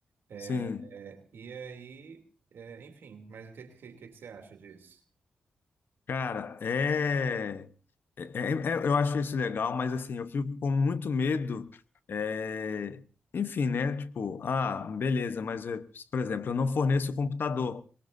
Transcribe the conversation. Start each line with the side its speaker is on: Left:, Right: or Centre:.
Right: É,
Left: Sim.
Right: é, e aí, é, enfim, mas o que, que, que que você acha disso?
Left: Cara, é, é- é- é- eu acho isso legal, mas assim, eu fico com muito medo, é, enfim, né? Tipo, ah, beleza, mas, eu- por exemplo, eu não forneço o computador.